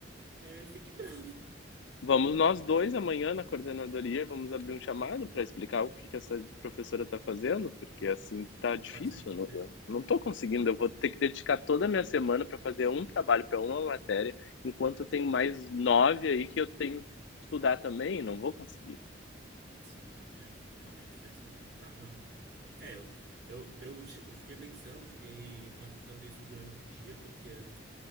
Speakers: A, on the right; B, on the left.
A: eh, fique <laughs> brava.
B: vamos nós dois amanhã na coordenadoria, vamos abrir um chamado para explicar o que que essa professora está fazendo, porque assim tá difícil,
A: Pode ser, pode
B: não-
A: ser.
B: eu não estou conseguindo, eu vou ter que dedicar toda a minha semana para fazer um trabalho para uma matéria, enquanto eu tenho mais nove aí que eu tenho que estudar também, não vou conseguir.
A: Sim, não, é. Realmente faz sentido. Tá, não. É, eu, eu, eu che- eu fiquei pensando, fiquei matutando isso durante o dia, porque.